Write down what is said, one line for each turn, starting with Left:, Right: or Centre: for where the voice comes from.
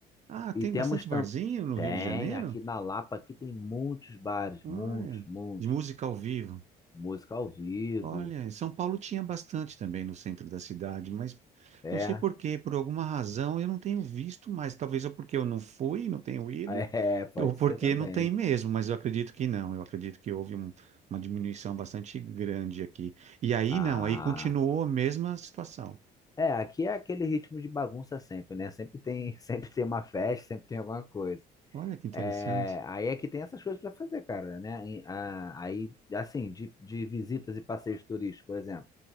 Right: Ah, tem
Left: E temos
Right: bastante
Left: também,
Right: barzinho no
Left: tem,
Right: Rio de Janeiro?
Left: aqui na Lapa, aqui tem muitos bares,
Right: Olha,
Left: muitos, muitos.
Right: de música ao vivo.
Left: Música ao vivo,
Right: Olha, em São Paulo tinha bastante também no centro da cidade, mas
Left: é,
Right: não sei por quê, por alguma razão eu não tenho visto mais. Talvez ou porque eu não fui, não tenho ido,
Left: <laughs> é, pode
Right: ou porque
Left: ser também.
Right: não tem mesmo, mas eu acredito que não. Eu acredito que houve um- uma diminuição bastante grande aqui. E aí
Left: Ah,
Right: não, aí continuou a mesma situação.
Left: é, aqui é aquele ritmo de bagunça sempre, né? Sempre tem, <laughs> sempre tem uma festa, sempre tem alguma coisa.
Right: Olha que interessante.
Left: É, aí é que tem essas coisas para fazer, cara, né? E, ah, Aí, assim, de, de visitas e passeios turísticos, por exemplo,